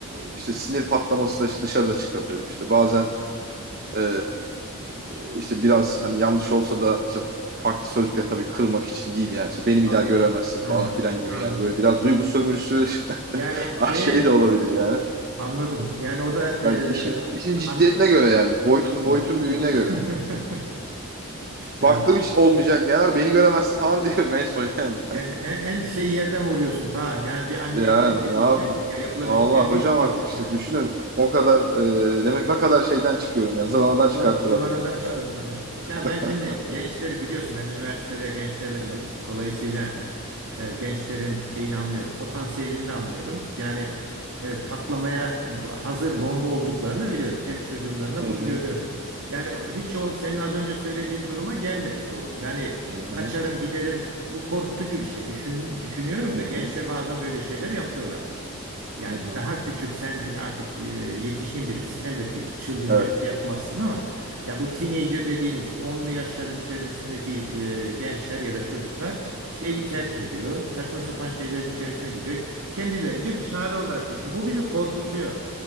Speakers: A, on the right; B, on the right.
A: işte sinir patlaması da işte dışarıda çıkabilirim. İşte bazen e, işte biraz hani yanlış olsa da işte farklı sözle tabii kırmak için değil yani. İşte beni
B: Anladım.
A: bir daha göremezsin
B: Hı.
A: falan filan gibi
B: Anladım.
A: yani böyle biraz duygu sömürüsü <laughs>
B: Yani
A: ah,
B: şey
A: şey de olabilir yani.
B: anladım. Yani o da
A: Hani
B: e,
A: işin, işin ciddiyetine
B: an,
A: göre yani boyutun
B: Hı.
A: boyutun büyüğüne
B: Tamam.
A: göre.
B: <laughs> Yani
A: Baktım hiç olmayacak yani beni göremezsin falan <laughs> diyorum en son yani.
B: en, en en şey yerden vuruyorsun Kaan. Yani bir anneye
A: Yani
B: denilebilecek
A: ne yapayım?
B: ya yapılabilecek
A: Vallahi
B: en büyük
A: hocam
B: tehdit
A: artık işte
B: yani.
A: düşünün o kadar e, demek ne kadar şeyden çıkıyorum yani zıvanadan
B: Zıvan-
A: çıkartıyorlar
B: Zıvanadan
A: demek ki
B: çıkıyorsun
A: ya.
B: evet. Ya
A: <laughs>
B: ben şimdi gençleri biliyorsun ben üniversitede gençlerle
A: hı.
B: çalıştım. Dolayısıyla e, gençlerin şeyini anlıyorum. Potansiyelini de anlıyorum. Yani e, patlamaya b- hazır bomba olduklarını biliyorum. Kendi çocuğumdan da
A: Hı hı.
B: bunu görüyorum. Yani hiç o senin az önce söylediğin duruma gelmedik doğrusu. Yani
A: Hı hı.
B: kaçarım giderim bu korkutucu bir şey. Düşün, düşünüyorum
A: Hı
B: da
A: hı.
B: gençler bazen böyle şeyler yapıyorlar. Yani
A: Hı hı.
B: daha küçük sen artık e, yetişkin birisin. Elbette ki çılgınca
A: Evet.
B: bir şey yapmazsın ama ya bu teenager dediğimiz onlu yaşların içerisindeki e, gençler ya da çocuklar işte evi terk ediyor. Saçma sapan şeylerin içerisine gidiyor. Kendilerince bir çare olarak düşünüyor. Bu bizi korkutuyor.